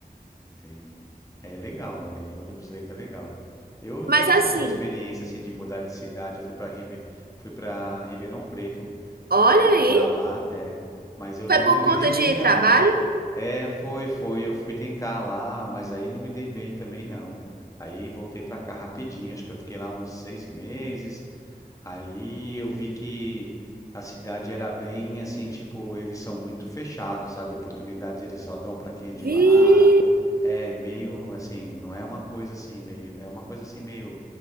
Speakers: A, on the left (about 20°); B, on the right (about 75°).
A: Entendo. É legal, olha, e ônibus leito é legal. Eu
B: Mas
A: também
B: assim,
A: tive uma experiência, assim, de mudar de cidade, eu fui para Ribe... Fui para Ribeirão Preto
B: olha
A: Fui morar
B: aí.
A: lá, é. Mas eu
B: Foi
A: também
B: por
A: não me
B: conta
A: dei bem,
B: de
A: não.
B: trabalho?
A: É, foi, foi. Eu fui tentar lá, mas aí não me dei bem também, não. Aí voltei pra cá rapidinho. Acho que eu fiquei lá uns seis meses. Aí eu vi que a cidade era bem assim, tipo, eles são muito fechados, sabe? Oportunidades eles só dão para quem é de
B: Vi.
A: lá. É meio assim, não é uma coisa assim meio, é uma coisa assim meio